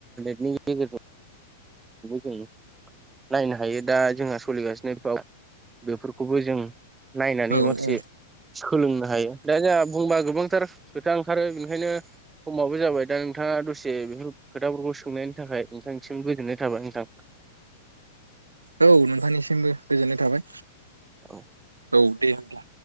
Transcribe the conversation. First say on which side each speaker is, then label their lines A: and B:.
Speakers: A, on the right (about 15°); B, on the right (about 80°).
A: <unintelligible> जों नायनो हायो दा जोंहा सोलिगासिनो <unintelligible> बेफोरखौबो जों नायनानै
B: औ
A: माखासे
B: औ औ
A: सोलोंनो हायो दा जोंहा बुंबा गोबांथार खोथा ओंखारो बेनिखायनो समाबो जाबाय दा नोंथाङा दसे बेफोर खोथाफोरखौ सोंनायनि थाखाय नोंथांनिसिम गोजोननाय थाबाय नोंथां।
B: औ नोंथांनिसिमबो गोजोननाय थाबाय।
A: औ।
B: औ दे होमब्ला।